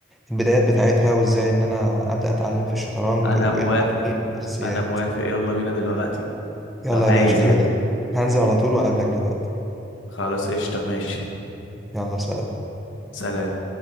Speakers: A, in the centre; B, on the left.
A: البدايات بتاعتها وازاي إن أنا أبدأ أتعلم في الشطرنج
B: انا
A: وإيه
B: موافق
A: القوانين والأساسيات
B: انا موافق يلا بينا دلوقتي
A: يلا
B: لو عايز
A: يا باشا
B: يعني
A: هنزل هنزل على طول وأقابلك دلوقتي
B: خلاص قشطة ماشي
A: يلا سلام
B: سلام